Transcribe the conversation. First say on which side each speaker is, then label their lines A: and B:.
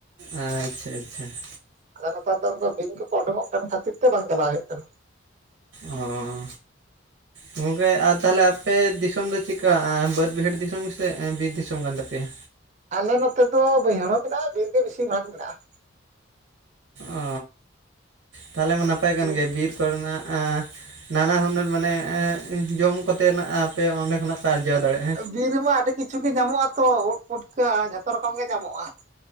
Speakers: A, on the right (about 85°); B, on the right (about 40°).
A: ᱟᱪᱪᱷᱟ ᱟᱪᱪᱷᱟ ᱾
B: ᱟᱫᱚ ᱱᱮᱛᱟᱨ ᱫᱚ ᱵᱤᱧ ᱠᱚᱠᱚ ᱩᱰᱩᱠᱚᱜ ᱠᱟᱱ ᱠᱷᱟᱹᱛᱤᱨ ᱛᱮ ᱵᱟᱝ ᱪᱟᱞᱟᱣ ᱦᱩᱭᱩᱜ ᱠᱟᱱᱟ᱾
A: ᱚᱸᱻ ᱜᱚᱝᱠᱮ ᱟᱨ ᱛᱟᱦᱚᱞᱮ ᱟᱯᱮ ᱫᱤᱥᱚᱢ ᱫᱚ ᱪᱮᱠᱟ? ᱵᱟᱹᱫ ᱵᱟᱹᱭᱦᱟᱹᱲ ᱫᱤᱥᱚᱢ ᱥᱮ ᱵᱤᱨ ᱫᱤᱥᱚᱢ ᱠᱟᱱ ᱛᱟᱯᱮᱭᱟ?
B: ᱟᱞᱮ ᱱᱚᱛᱮ ᱫᱚ ᱵᱟᱹᱭᱦᱟᱹᱲ ᱦᱚᱸ ᱢᱮᱱᱟᱜ-ᱟ, ᱵᱤᱨ ᱜᱮ ᱵᱮᱥᱤ ᱵᱷᱟᱜᱽ ᱢᱮᱱᱟᱜ-ᱟ ᱾
A: ᱚ ᱛᱟᱦᱚᱞᱮ ᱢᱟ ᱱᱟᱯᱟᱭ ᱠᱟᱱ
B: ᱵᱤᱨ
A: ᱜᱮᱭᱟ, ᱵᱤᱨᱻ ᱠᱚᱨᱮᱱᱟᱜ ᱱᱟᱱᱟ ᱦᱩᱱᱟᱹᱨ ᱢᱟᱱᱮ ᱡᱚᱢ ᱠᱚᱛᱮ ᱱᱟᱜ ᱟᱯᱮ ᱚᱸᱰᱮ ᱠᱷᱚᱱᱟᱜ ᱟᱨᱡᱟᱣ ᱫᱟᱲᱮᱭᱟᱜ-ᱟ ᱾
B: ᱵᱤᱨ ᱨᱮᱢᱟ ᱟᱹᱰᱤ ᱠᱤᱪᱷᱩ ᱜᱮ ᱧᱟᱢᱚᱜ-ᱟ ᱛᱚ, ᱩᱫ, ᱯᱩᱴᱠᱟᱹ ᱡᱷᱚᱛᱚ ᱨᱚᱠᱚᱢ ᱜᱮ ᱧᱟᱢᱚᱜ-ᱟ ᱾